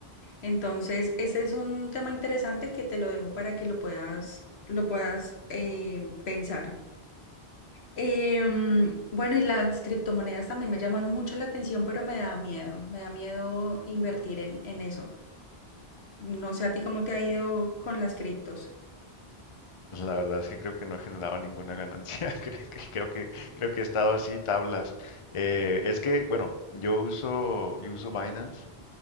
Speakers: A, on the left (about 85°); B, on the left (about 35°).
A: Entonces, ese es un tema interesante que te lo dejo para que lo puedas, lo puedas eh, pensar. Em, bueno, y las criptomonedas también me llaman mucho la atención, pero me da miedo. Me da miedo invertir en, en eso. No sé a ti cómo te ha ido con las criptos.
B: La verdad es que creo que no he generado ninguna ganancia. <laughs> Creo que, creo que, creo que he estado así tablas. Eh, es que, bueno, yo uso, yo uso Binance